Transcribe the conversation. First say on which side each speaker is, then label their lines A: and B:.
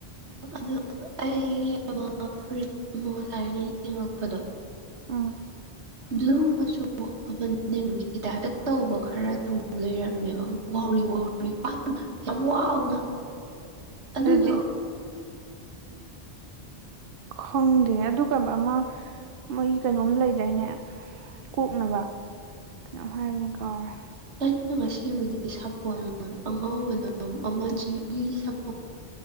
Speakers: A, on the right; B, on the right.
A: ꯑꯗꯨ ꯑꯩꯃ ꯐ ꯃꯣ ꯉꯁꯥꯏꯅ ꯌꯦꯡꯉꯛꯄꯗꯣ
B: ꯎꯝ
A: ꯕ꯭ꯂꯨ ꯃꯆꯨ ꯑꯃ ꯅꯤꯝꯒꯤ ꯇꯥꯏꯞꯇ ꯇꯧꯕ ꯈꯔ ꯂꯩꯔꯝꯃꯦꯕ ꯋꯥꯎꯔꯤ ꯋꯥꯎꯔꯔꯤ ꯄꯥꯛꯅ ꯌꯥꯝ ꯋꯥꯅ ꯑꯗꯨꯗꯣꯗ
B: ꯑꯗꯨꯗꯤ ꯈꯪꯗꯦꯅꯦ ꯑꯗꯨꯒꯨꯝꯕ ꯑꯃ ꯃꯣꯏ ꯀꯩꯅꯣꯝ ꯂꯩꯗꯥꯏꯅꯦ ꯀꯣꯛꯅꯕ ꯀꯩꯅꯣ ꯍꯥꯏꯕꯅꯤ ꯀꯥꯎꯔꯦ
A: ꯂꯩꯅ ꯉꯁꯤꯕꯨꯗꯤ ꯁꯥꯄꯣꯟꯜ ꯑꯉꯧꯕꯗꯣ ꯑꯃ ꯖꯤꯕꯤ ꯆꯄꯣ